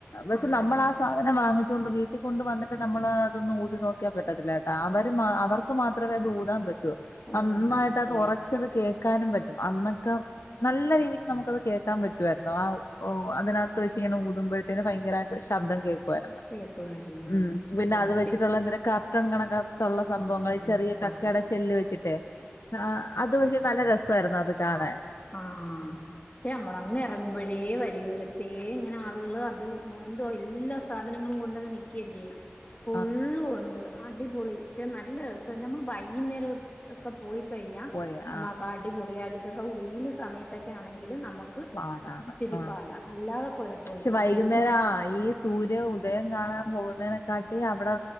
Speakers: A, on the left; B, on the left.
A: പക്ഷെ
B: ആഹ്
A: നമ്മളാ അങ്ങനെ വാങ്ങിച്ചോണ്ട് വീട്ടി കൊണ്ട് വന്നിട്ട് നമ്മള് അതൊന്ന് ഊതി നോക്കിയാ പറ്റത്തില്ല കേട്ടാ അവര് അവർ ക്ക് മാത്രമേ അത് ഊതാൻ പറ്റൂ
B: ഓടാൻ
A: നന്നായിട്ട്
B: പറ്റത്തോളം
A: അത് ഒറച്ചത് കേക്കാനും പറ്റും അന്നൊക്ക നല്ല രീതിക്ക് നമുക്കത് കേൾക്കാൻ പറ്റുമായിരുന്നു ആ അതിനകത്ത് വെച്ച് ഇങ്ങന ഊതുമ്പോഴത്തേന് ഭയങ്കരാ ശബ്ദം കേൾക്കുവായിരുന്നു
B: കേൾക്കുവായിരുന്നാ
A: ഉം പിന്നെ
B: എനിക്ക്
A: അത് വെച്ചിട്ടുള്ള എന്തരാ കട്ടൺ കണക്ക തൊള്ള സംഭവങ്ങൾ
B: അങ്ങത്താ
A: ചെറിയ കക്കയുടെ ഷെല്ല് വെച്ചിട്ടെ ആഹ് അത് പക്ഷെ നല്ല രസായിരുന്നു അത് കാണാൻ
B: ആഹ് ശെ അമ്മള അങ്ങ് എറങ്ങുമ്പഴേ വരിയോരത്തെ ഇങ്ങനെ ആളുകൾ അത് എന്തോ എല്ലാ സാധനങ്ങളും കൊണ്ടങ്ങ് നിക്കേല്ലേ
A: <inaudible>
B: ഫുള്ളും ഒണ്ട് അടിപൊളി പക്ഷെ നല്ല രസ ഞമ്മള് ബൈകുന്നേരം ഒക്കെ പോയി കഴിഞ്ഞാ
A: പോയ
B: നമ്മക്ക്
A: ആ
B: അടിപൊളിയായിട്ട് ഇതൊക്കെ വെയില് സമയത്തൊക്കെ ആണെങ്കിലും നമുക്ക്
A: പാടാണ്
B: ഇച്ചിരി
A: ആ
B: പാടാ അല്ലാതെ കുഴപ്പമൊന്നുമില്ല
A: പക്ഷെ വൈകുന്നേരം
B: പിന്നെ ഞാൻ
A: ആ ഈ സൂര്യ ഉദയം കാണാൻ പോകുന്നതിനെക്കാട്ടി അവിടെ